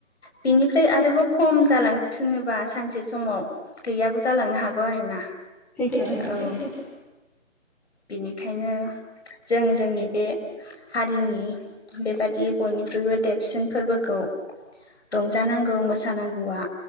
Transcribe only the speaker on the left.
बिनिफ्राय आरोबाव खम जालांसिनोबा सानसे समाव गैयाबो जालांनो हागौ आरोना
औ
बेनिखायनो जों जोंनि बे हारिनि बेबादि बयनिख्रुइबो देरसिन फोरबोखौ खौ रंजानांगौ मोसानांगौआ